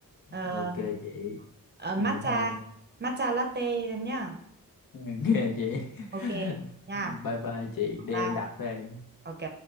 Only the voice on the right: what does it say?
ờ,
ờ, matcha
matcha latte nhá
ok
nha
ba
ok